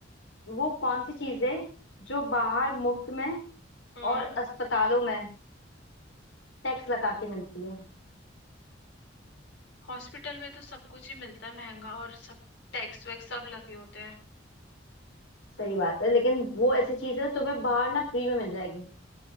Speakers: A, on the left (about 90°); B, on the left (about 70°).
A: वो कौन सी चीज है जो बाहर मुफ्त में
B: हम्म
A: और अस्पतालों में टैक्स लगा के मिलती है
B: हॉस्पिटल में तो सब कुछ ही मिलता है महंगा और सब टैक्स वैक्स सब लगे होते हैं
A: सही बात है लेकिन वो ऐसी चीज है जो तुम्हें बाहर ना फ्री में मिल जाएगी